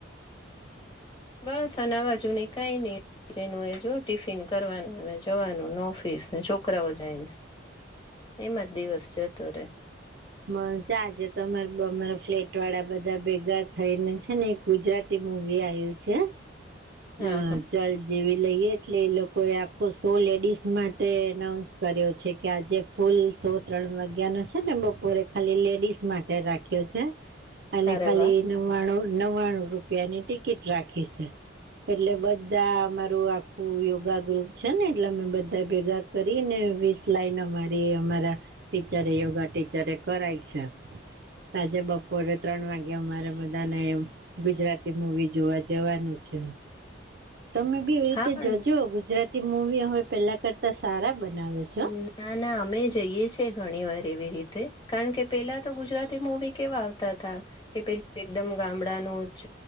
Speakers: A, on the left; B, on the right.
A: બસ આના બાજુ ન કઈ નહી. જેનું એ જો ટિફિન કરવાનું અને જવાનું ઓફિસ ને છોકરાઓ જાયને. એમાં જ દિવસ જતો રે.
B: બ છે આજે તો અમારે અમારા ફ્લેટ વાળા બધા ભેગા થઈને છે ને. ગુજરાતી મૂવી આવ્યું છે. હ
A: હા હા
B: ચાલ જેવી લઈએ એટલે એ લોકો એ આખો શો લેડીસ માટે એનાઉસ. કર્યો છે કે આજે ફૂલ સો ત્રણ વાગ્યા નો છે ને બપોરે ખાલી લેડીસ માટે રાખ્યો છે. અને
A: અરે
B: ખાલી
A: વાહ
B: નવ્વાણું નવ્વાણું રૂપિયાની ટિકિટ રાખી છે. એટલે બધા અમારું આખું યોગા ગ્રુપ છે ને એટલે અમે બધા ભેગા. કરીને વીસ લાઈન અમારી અમારા ટીચરે યોગા ટીચરે કરાય છે. તાજે બપોરે ત્રણ વાગે અમારે બધાને ગુજરાતી મુવી જોવા જએ. જવાનું છે. તમે બી એવી રીતે
A: હા પણ
B: જજો ગુજરાતી મૂવી હવે પેલા કરતા સારા બનાવે છે. હો.
A: હમ! ના ના અમે જઈએ છીએ ઘણી વાર એવી રીતે કારણ કે પેલા તો ગુજરાતી મુવી કેવા આવતા હતાા કે પે એકદમ ગામડાનું જ